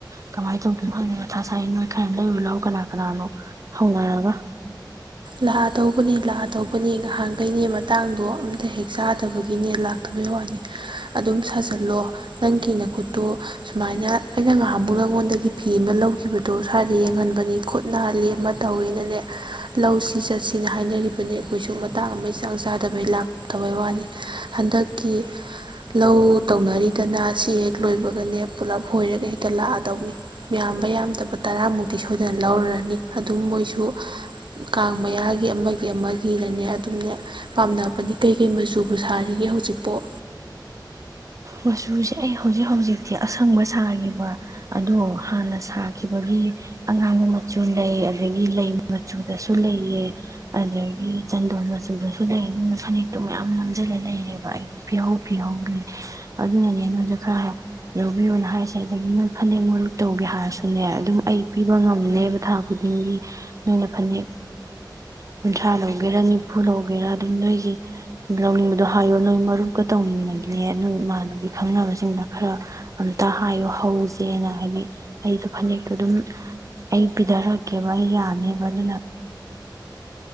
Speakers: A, on the right; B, on the right.
A: ꯀꯃꯥꯏꯅ ꯇꯧꯗꯣꯏꯅꯣ ꯍꯥꯏꯪꯗ ꯃ ꯊ ꯁꯥꯏ ꯅꯣꯏ ꯈꯔ ꯂꯩꯔꯨ ꯂꯥꯛꯥꯎ ꯀꯅꯥ ꯀꯅꯥꯅꯣ ꯍꯧꯅꯔꯒ
B: ꯂꯥꯛꯑꯗꯧꯕꯅꯦ ꯂꯥꯛꯑꯗꯧꯕꯅꯦ ꯉꯍꯥꯟꯈꯩꯅꯦ ꯃꯇꯥꯡꯗꯣ ꯑꯝꯇ ꯍꯦꯛ ꯆꯥꯗꯕꯒꯤꯅꯦ ꯂꯥꯛꯇꯕꯒꯤ ꯋꯥꯅꯤ ꯑꯗꯨꯝ ꯁꯥꯖꯜꯂꯣ ꯅꯪꯒꯤ ꯅ ꯈꯨꯨꯠꯇꯨ ꯁꯨꯃꯥꯏꯅ ꯑꯩꯅ ꯉꯥꯏꯍꯥꯛꯃꯨꯛ ꯅꯪꯉꯣꯟꯗꯒꯤ ꯐꯤ ꯑꯃ ꯂꯧꯈꯤꯕꯗꯣ ꯁ꯭ꯋꯥꯏꯗ ꯌꯦꯡꯍꯟꯕꯅꯤ ꯈꯨꯠ ꯂꯦꯝꯃ ꯇꯧꯋꯦꯅꯅꯦ ꯂꯧꯁꯤ ꯆꯠꯁꯤꯅ ꯍꯥꯏꯅꯔꯤꯕꯅꯤ ꯑꯩꯈꯣꯏꯁꯨ ꯃꯇꯥꯡ ꯑꯃ ꯆꯥꯡ ꯆꯥꯗꯕꯩ ꯂꯥꯛꯇꯕꯩ ꯋꯥꯅꯤ ꯍꯟꯗꯛꯀꯤ ꯂꯧ ꯇꯧꯅꯔꯤꯗꯅ ꯁꯤ ꯍꯦꯛ ꯂꯣꯏꯕꯒꯅꯦ ꯄꯨꯂꯞ ꯍꯣꯏꯔꯒ ꯍꯦꯛꯇ ꯂꯥꯛꯑꯗꯧꯅꯤ ꯌꯥꯝꯕ ꯌꯥꯝꯗꯕ ꯇꯔꯥꯃꯨꯛꯇꯤ ꯁꯣꯏꯗꯅ ꯂꯧꯔꯅꯤ ꯑꯗꯨꯝ ꯃꯣꯏꯁꯨ ꯀꯥꯡ ꯃꯌꯥꯒꯤ ꯑꯃꯒꯤ ꯑꯃꯒꯤꯅꯅꯦ ꯑꯗꯨꯝꯅꯦ ꯄꯥꯝꯅꯕꯅꯤ ꯀꯩ ꯀꯩ ꯃꯆꯨꯕꯨ ꯁꯥꯔꯤꯒꯦ ꯍꯧꯖꯤꯛꯄꯥꯎ
A: ꯃꯆꯨꯁꯦ ꯑꯩ ꯍꯧꯖꯤꯛ ꯍꯧꯖꯤꯛꯇꯤ ꯑꯁꯪꯕ ꯁꯥꯈꯤꯕ ꯑꯗꯣ ꯍꯥꯟꯅ ꯁꯥꯈꯤꯕꯒꯤ ꯑꯉꯥꯡꯕ ꯃꯆꯨ ꯂꯩ ꯑꯗꯒꯤ ꯂꯩ ꯃꯆꯨꯗꯁꯨ ꯂꯩꯑ ꯑꯗꯒꯤ ꯆꯟꯗꯣꯟ ꯃꯆꯨꯗꯁꯨ ꯂꯩ ꯑꯗꯨꯅ ꯐꯅꯦꯛꯇꯣ ꯃꯌꯥꯝ ꯅꯝꯖꯂ ꯂꯩꯔꯦꯕ ꯑꯩꯗꯣ ꯐꯤꯍꯧ ꯐꯤꯍꯧꯒꯤ ꯑꯗꯨꯅꯅꯦ ꯅꯣꯏꯗ ꯈꯔ ꯂꯧꯕꯤꯌꯣꯅ ꯍꯥꯏꯁꯦ ꯑꯗꯒꯤ ꯅꯣꯏ ꯐꯅꯦꯛ ꯃꯔꯨꯞ ꯇꯧꯒꯦ ꯍꯥꯏꯔꯁꯨꯅꯦ ꯑꯗꯨꯝ ꯑꯩ ꯄꯤꯕ ꯉꯝꯅꯦꯕ ꯊꯥ ꯈꯨꯗꯤꯡꯒꯤ ꯅꯣꯏꯅ ꯐꯅꯦꯛ ꯀꯨꯟꯊ꯭ꯔꯥ ꯂꯧꯒꯦꯔꯥ ꯅꯤꯐꯨ ꯂꯧꯒꯦꯔꯥ ꯑꯗꯨꯝ ꯅꯣꯏꯒꯤ ꯂꯧꯅꯤꯡꯕꯗꯣ ꯍꯥꯏꯌꯣ ꯅꯣꯏ ꯃꯔꯨꯞꯀ ꯇꯧꯅꯤꯡꯉꯅꯦ ꯅꯣꯏ ꯏꯃꯥꯅ ꯍꯥꯏ ꯈꯪꯅꯕꯁꯤꯡꯗ ꯈꯔ ꯑꯝꯇ ꯍꯥꯏꯌꯣ ꯍꯧꯁꯦꯅ ꯍꯥꯏꯗꯤ ꯑꯩꯗꯣ ꯐꯅꯦꯛꯇꯣ ꯑꯗꯨꯝ ꯑꯩ ꯄꯤꯊꯔꯛꯀꯦꯕ ꯑꯩ ꯌꯥꯅꯦꯕ ꯑꯗꯨꯅ